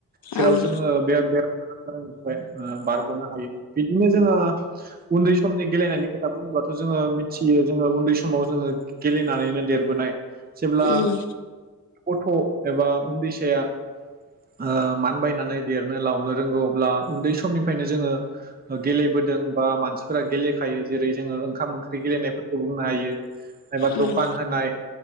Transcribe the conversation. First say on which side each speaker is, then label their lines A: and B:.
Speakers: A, on the right; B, on the left.
A: जेराव
B: ओं
A: जोङो बे-बेरखानाय बारगनो हायो बिदिनो जोङो उन्दै समनि गेलेनायनि खोथा बुङोब्लाथ जोङो मिथियो जोङो उन्दै समाव जोङो गेलेनानैनो देरबोनाय। जेब्ला
B: उम
A: फथ एबा उन्दैसाया ओ मानबायनानै देरनो लावनो रोंगौ अब्ला उन्दै समनिफ्रायनो जोङो गेलेबोदों बा मानसिफोरा गेलेखायो जेरै जोङो ओंखाम ओंख्रि गेलेनायफोरखौ बुंनो हायो। एबा
B: उम
A: दखान होनाय